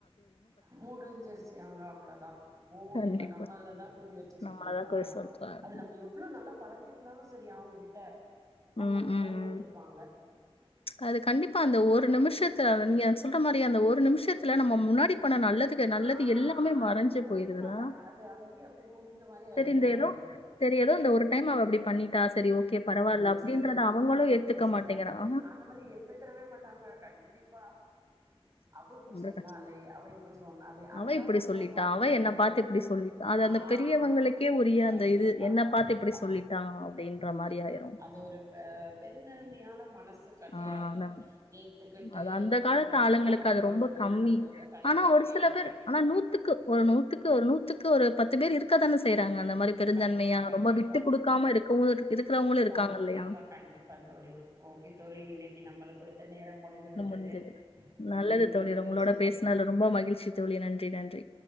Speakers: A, on the right; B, on the left.
A: மூடிஞ்சிருச்சு அங்க அவ்ளதா ஓ
B: கண்டிப்பா.
A: இவ நம்மளதா குறி வச்சு
B: நம்மள
A: சொல்றா
B: தான் குறை சொல்றாங்க.
A: அது நம்ம எவ்ள நல்லா பழகியிருந்தாலு சரி அவுங்ககிட்ட அவங்க
B: ம்,
A: அப்டிதா
B: ம், ம்.
A: ஏத்துப்பாங்க
B: அது கண்டிப்பா அந்த ஒரு நிமிஷத்த நீங்க சொல்ற மாரிய அந்த ஒரு நிமிஷத்துல நம்ம முன்னாடி பண்ண நல்லது நல்லது
A: ஆ
B: எல்லாமே
A: அது
B: மறைஞ்சு
A: வந்து நினைக்க
B: போயிருதுலா
A: மாட்டாங்க அது அங்கேயே அப்படியே முறிஞ்ச மாதிரி ஆயிரும்
B: தெரி இந்த
A: நம்மளுக்கு
B: ஏதோ தெரி ஏதோ இந்த ஒரு டைம் அவ அப்படி பண்ணிட்டா சரி ஓகே பரவாயில்ல
A: ம்
B: அப்டின்றத
A: சரி ஏதோ
B: அவங்களு
A: கோவத்துல
B: எத்துக்க
A: பேசிட்டா
B: மாட்டேங்கிறாங்
A: ஏதோ அந்த மாதிரி ஏத்துக்கறவே மாட்டாங்க கண்டிப்பா அவ இப்படி
B: ரொம்ப
A: சொன்னாலே
B: கஷ்டம்.
A: அவ இப்படி சொன்னாலே அததான்
B: அவ இப்படி
A: கொண்டு
B: சொல்லிட்டா
A: வருவாங்கள
B: அவ என்ன
A: தவிர
B: பாத்து இப்படி சொல்லிட்டா அது அந்த
A: ஆஹ
B: பெரியவங்களுக்கே உரிய
A: கண்டிப்பா
B: அந்த இது என்ன
A: கண்டிப்பா
B: பாத்து இப்படி சொல்லிட்டான் அப்படின்ற
A: உம்
B: மாதிரி ஆயிரும்
A: அது ஒரு பெருந்தன்மையான மனசு கெடையாது
B: ஆஹ் ஆ
A: ஏத்துக்கிட்டு
B: அது அந்த காலத்து
A: போற மாரி
B: ஆளுங்களுக்கு
A: அவங்களுடைய
B: அது ரொம்ப கம்மி
A: நெனப்பு வந்து கெடையவே
B: ஆனா ஒரு
A: கெடையாது
B: சில பேர்
A: கண்டிப்பா
B: ஆனா நூத்துக்கு ஒரு நூத்துக்கு ஒரு நூத்துக்கு ஒரு பத்து பேர் இருக்க தானு செய்றாங்க அந்த மாதிரி பெருந்தன்மையா
A: கண்டிப்பா கண்டிப்பா
B: ரொம்ப விட்டு கொடுக்காம இருக்கவ இருக்கிறவங்களும் இருக்காங்க
A: கண்டிப்பா
B: இல்லையா
A: கண்டிப்பா தோழி ஓகே தோழி இன்னைக்கு நம்மளுக்கு கொடுத்த நேரம் முடிந்து விட்டது
B: முடிஞ்சது நல்லது
A: மீண்டும்
B: தோழி
A: பேசுவோம்
B: உங்களோட பேசுனதுல ரொம்ப மகிழ்ச்சி தோழி நன்றி நன்றி